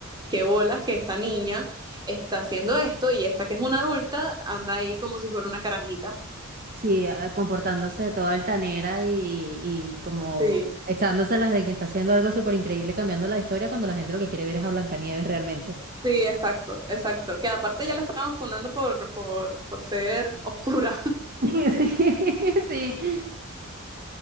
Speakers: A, on the right (about 20°); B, on the right (about 40°).
A: qué bolas que esta niña está haciendo esto y esta que es una adulta anda ahí como si fuera una carajita.
B: Sí, ah, comportándose de toda altanera y, y como
A: Sí.
B: echándoselas de que está haciendo algo súper increíble cambiando la historia cuando la gente lo que quiere ver es a Blancanieves realmente.
A: Sí, exacto, exacto. Que aparte ya la estaban funando por, por, por ser oscura.
B: <laughs> Sí. sí.